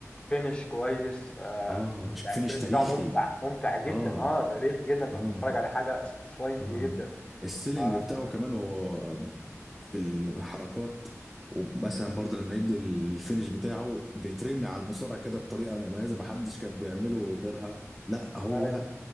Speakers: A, on the left; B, in the centre.
A: فينش كويس آه
B: اه ش- فينش
A: يعني الفينش
B: تاريخي
A: بتاعه ممتع ممتع جدا
B: اه
A: اه تاريخي جدا انت
B: اه
A: بتتفرج عليه حاجه ساتيسفاينج
B: اه
A: جدا
B: السيلينج
A: ف
B: بتاعه كمان وهو في الحركات ومثلا برضه لما يدي الفينش بتاعه بيترمي على المصارعه كده بطريقه مميزه محدش كان بيعمله غيرها لا هو
A: أيوة.